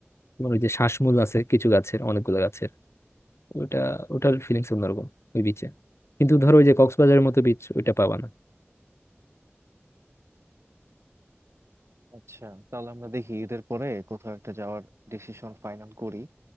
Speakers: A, on the left; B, on the right.
A: তোমার ওই যে শ্বাসমূল আছে কিছু গাছের অনেকগুলো গাছের ওটা ওটার ফিলিংস অন্যরকম ওই বিচে কিন্তু ধরো ওই যে কক্সবাজারের মতো বিচ ওইটা পাবা না
B: আচ্ছা তাহলে আমরা দেখি ঈদের পরে কোথাও একটা যাওয়ার ডিসিশন ফাইনাল করি